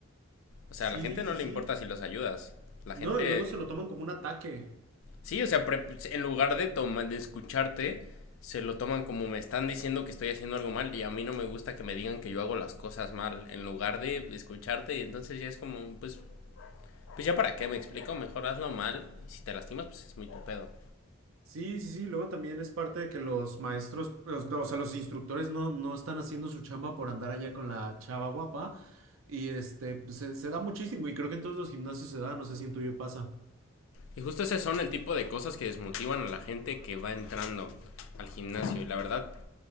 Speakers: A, on the left; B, on the right.
A: O
B: Sí,
A: sea, a la gente
B: sí,
A: no le
B: sí.
A: importa si los ayudas. La
B: No,
A: gente
B: y luego se lo toman como un ataque.
A: Sí, o sea, en lugar de, toma- de escucharte, se lo toman como me están diciendo que estoy haciendo algo mal y a mí no me gusta que me digan que yo hago las cosas mal, en lugar de escucharte y entonces ya es como, pues, pues ya para qué, me explico, mejor hazlo mal y si te lastimas, pues es muy tu pedo.
B: Sí, sí, sí, luego también es parte de que los maestros, los- no, o sea, los instructores no, no están haciendo su chamba por andar allá con la chava guapa y este, pues, se, se da muchísimo y creo que en todos los gimnasios se da, no sé si en tuyo pasa.
A: Y justo ese son el tipo de cosas que desmotivan a la gente que va entrando al gimnasio y la verdad,